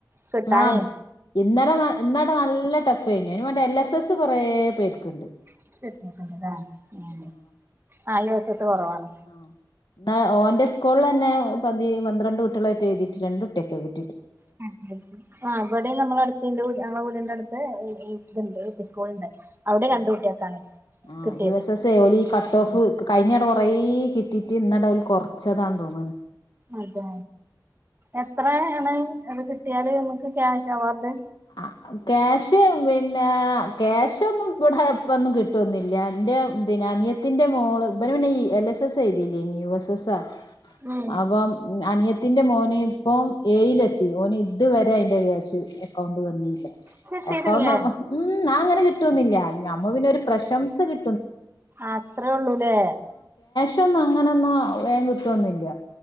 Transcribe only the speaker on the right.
കിട്ടാനേ
<unintelligible> ആഹ് യു എസ് എസ് കൊറവാണ്
<unintelligible> ആഹ് ഇവിടെം നമ്മളെ അടുത്ത് എന്റെ വിട് നമ്മടെ വീടിന്റെടു <unintelligible> ഇ ഇതുണ്ട് <unintelligible> <unintelligible>
കുട്ടികൾക്കാണ്
കിട്ടിയത്
ആ
അതെ. എത്രേണ് അത് കിട്ടിയാല് നമുക്ക് ക്യാഷ് അവാർഡ്.
ഉം
കിട്ടിട്ടില്ലേ
അത്രേ ഉള്ളൂല്ലേ.